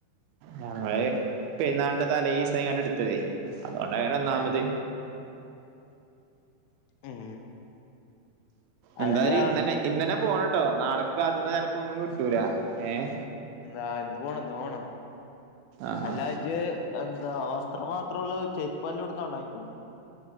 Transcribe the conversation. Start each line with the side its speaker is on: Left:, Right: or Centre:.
Right: ഞങ്ങള് പെരുന്നാൾന്റെ തലേസായിങ്കാണ്ടട്ത്തതേ അതോണ്ടേകരം ഒന്നാമത്
Left: ഏഹ് ഉം അതല്ല
Right: എന്തായാലും ഇന്നന്നെ ഇന്നന്നെ പോണംട്ടോ നാളക്ക് കാത്ത്ന്ന ചെലപ്പോ ഒന്നും കിട്ടൂലാ ഏഹ്
Left: ന്നാ ഇന്ന് പോണം ഇന്ന് പോണം
Right: ആഹ്
Left: അല്ലാ ജ്ജ് എന്താ വസ്ത്രം മാത്രള്ളൂ ചെരിപ്പല്ലോട്ക്കണ്ടാ അൻക്ക്